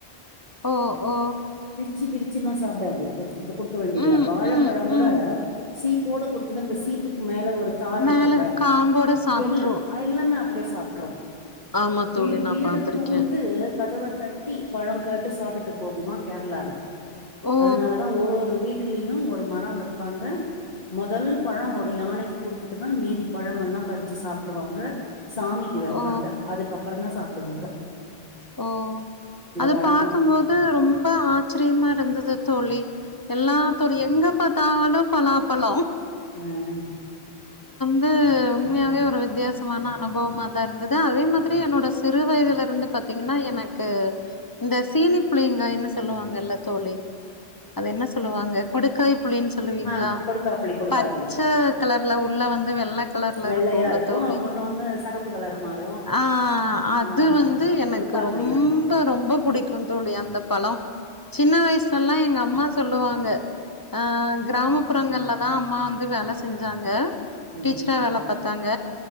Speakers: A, on the left; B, on the left.
A: ஓ ஓ
B: சிக்கிடுச்சுனா சாப்டாது த்த குடுக்க வேண்டியத
A: ம்
B: வாழப்பழங்கூட
A: ம் ம்
B: சீப்போட கொடுத்துட்டு அந்த சீப்புக்கு மேல வ ப்ப தார்
A: மேல
B: இருக்கில்ல
A: இருக்க காம்போட சாப்ட்ரு
B: எல் எல்லாமே அப் அப்டியே சாப்ட்றோ
A: ஆமா தோழி
B: வி வீ
A: நா
B: வீடு
A: பாத்திருக்கே
B: புகுந்து கதவ தட்டி பழ கேட்டு சாப்ட்டு போகுமா கேரளால
A: ஓ
B: அதனாலதா ஒரு ஒரு வீட் ட்டிலயு ஒரு மரோ வப்பாங்க மொதல் பழோ ஒரு யானைக்கு குடுத்துட்டுதா மீதி பழமெல்லா பறிச்சி சாப்புடுவாங்க சாமிக்கி வப்பாங்க
A: ஓ
B: அதுக்கப் அப்புறந்தா சாப்புடுவாங்க
A: ஓ அது
B: வழக்கம்
A: பாக்கும்போது ரொம்ப ஆ ச்சரியமா இருந்தது தோழி எல்லாத்தரு எங்க பாத்தாலு பலா பழோ
B: உம்
A: அது உண்மையாவே ஒரு வித்தியாசமான அனுபவமா தா இருந்தது அதே மாதிரி என்னோட சிறு வயதில் இருந்து பத் தீங்கன்னா எனக்கு இந்த சீனி புளியங்காய்னு சொல்லுவாங்கல்ல தோழி அது என்ன சொல்லுவாங்க கொடுக்காய் புளினு சொல்லுவீங்களா
B: ஆ கொடுக்காப்புளி கொடுக்காப்புளி
A: பச்ச கலர் எல்லா உள்ள வந்து வெள்ள கலர்ல
B: வெள்ளையா
A: இருக்கோல்ல
B: இருக்கு
A: தோழி
B: ஒண்ணு ஒண்ணு சகப்பு கலர்
A: ஆஹ்
B: மாறு
A: ஆஹ் அது
B: ஆ
A: வந்து எனக்
B: கொடுக்காப்புளிதா
A: ரொம்ப ரொம்ப பிடிக்கும் தோழி அந்த பழோ சின்ன வயசுலல்லா ங்க அம்மா சொல்லுவாங்க அஹ் கிராமப்புறங்கள்ல தா அம்மா வந்து வேல செஞ்சாங்க
B: ம்
A: டீச்சரா வேல பாத்தாங்க